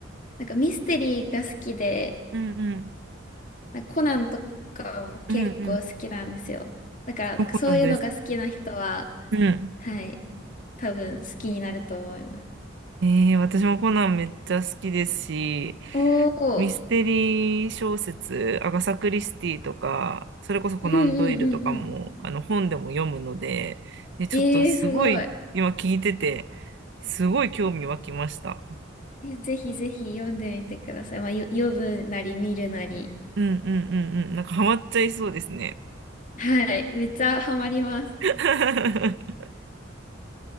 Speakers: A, on the left (about 45°); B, on the right (about 65°).
A: なんかミステリーが好きで、
B: う。うんうん。
A: なんかコナンとかも結構好きなんですよ。
B: うんうん。
A: だから、
B: 私もコナン大好き。
A: なんかそういうのが好きな人は、
B: うん。
A: はい、多分好きになると思います。
B: ええ、私もコナンめっちゃ好きですし、
A: おお、
B: ミステリー小説、アガサ・クリスティとか、それこそコナンドイルとかも、
A: うんうんうんうん。
B: あの本でも読むので、で、ちょっとすごい、
A: えー、すごい。
B: 今聞いてて、すごい興味湧きました。
A: え、ぜひぜひ読んでみてください。まあ、よ、読むなり見るなり。
B: うんうんうんうん。なんかハマっちゃいそうですね。
A: はい、めっちゃハマります。
B: <laughs>